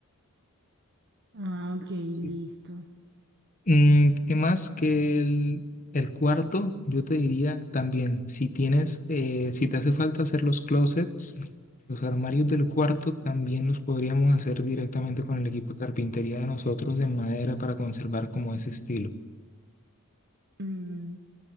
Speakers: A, on the right; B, on the left.
A: Ah, ok,
B: Sí.
A: listo.
B: Mm, ¿qué más que el, el cuarto? Yo te diría también, si tienes, eh, si te hace falta hacer los closets, los armarios del cuarto también los podríamos hacer directamente con el equipo de carpintería de nosotros de madera para conservar como ese estilo.
A: Mm,